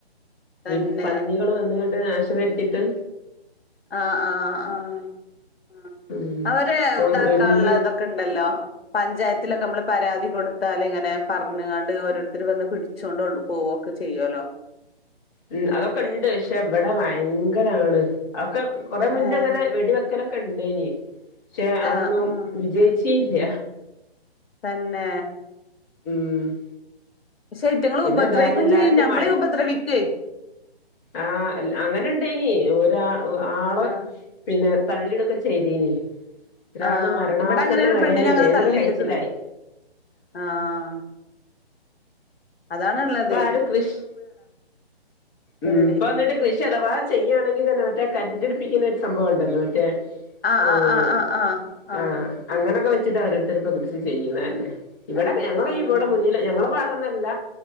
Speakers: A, on the left; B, on the left.
A: തന്നെ
B: ഈ പന്നികള് വന്നങ്ങട്ട് നാശം വെര്ത്തിട്ട്
A: ആഹ് ആഹ് ആഹ്
B: ഉം
A: അവര്
B: ഇപ്പൊ
A: ഇതാക്കാനുള്ള
B: ഒഴിഞ്ഞ്
A: ഇതൊക്കെ ഉണ്ടല്ലോ പഞ്ചായത്തിലൊക്കെ നമ്മള് പരാതി കൊടുത്താലിങ്ങനെ പറഞ്ഞണ്ട് ഓരോരുത്തർ വന്ന് പിടിച്ചു ച്ചോണ്ട് പോവ്വൊക്കെ ചെയ്യുവല്ലോ
B: ഉം അതൊക്കെ ഇണ്ട് പക്ഷെ ഇവിടെ ഭയങ്കരാണ് ഒക്കെ കൊറെ മുന്നേ
A: ഏഹ്
B: അങ്ങനെ വെടിവെക്കലൊക്കെ ഇണ്ടേനി പക്ഷെ അതൊന്നും
A: ആഹ് ആഹ്
B: വിജയിച്ച് ഇല്ല
A: തന്നേ
B: ഉം
A: ശ്ശേ ഇവ്ത്ത്ങ്ങൾ
B: പിന്നെ
A: ഉപദ്രവിക്കേം
B: എല്ലാരും എല്ലാർക്കും
A: ചെയ്യും നമ്മളേം
B: മ
A: ഉപദ്രവിക്കേ
B: ആഹ് അങ്ങനെ ഇണ്ടേനി ഒരാ ആള്
A: ആഹ്
B: പിന്നെ തള്ളിടൊക്കെ ചെയ്തീനി ഒരാള്
A: ആഹ്
B: മരണാസന്ന
A: ഇവിടെ അങ്ങനെ ഒരു
B: നിലേലല്ലേ
A: പെണ്ണിനെ അങ്ങനെ
B: ഇതൊക്കെ
A: തള്ളിയിട്ട്ക്ക്ണ്
B: കഴിച്ചില്ലായി
A: ആഹ് അതാണ് ഉള്ളത്
B: ഇപ്പ ആരും കൃഷ് ഉം
A: പേടി
B: ഇപ്പ വന്നിട്ട് കൃഷി അഥവാ ചെയ്യുകയാണെങ്കിൽ തന്നെ മറ്റേ കരണ്ടടിപ്പിക്കുന്ന ഒരു സംഭവം ഉണ്ടല്ലോ മറ്റേ
A: ആഹ്
B: ഉം
A: ആഹ് ആഹ് ആഹ് ആഹ്
B: ആ അങ്ങനൊക്കെ
A: ആഹ് ആഹ്
B: വെ ച്ചിട്ടാണോരോരുത്തൊരു കൃഷി ചെയ്യണ തന്നെ ഇവിടെ
A: ആഹ്
B: ഞങ്ങടെ
A: ആഹ്
B: ഇവിടെ മുന്നില് ഞങ്ങളെ പാടൊന്നല്ല